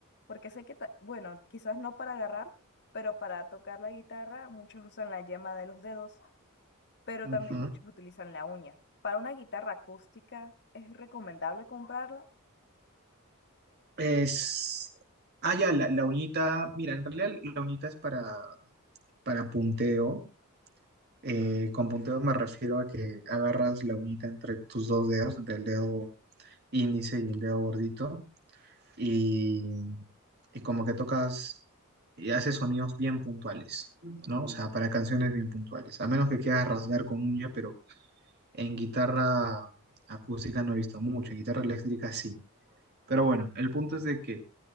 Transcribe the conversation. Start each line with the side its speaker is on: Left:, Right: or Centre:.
Left: Porque sé que, ta- bueno, quizás no para agarrar, pero para tocar la guitarra muchos usan la yema de los dedos, pero
Right: Ujú.
Left: también muchos utilizan la uña. Para una guitarra acústica, ¿es recomendable comprarla?
Right: Es... Ah, ya, la, la uñita, mira, en realidad la uñita es para, para punteo. Eh, con punteo me refiero a que agarras la uñita entre tus dos dedos, entre el dedo índice y el dedo gordito y, y como que tocas y haces sonidos bien puntuales, ¿no? O sea, para canciones bien puntuales. A menos que quieras rasgar con uña, pero en guitarra acústica no he visto mucho, en guitarra eléctrica sí. Pero bueno, el punto es de que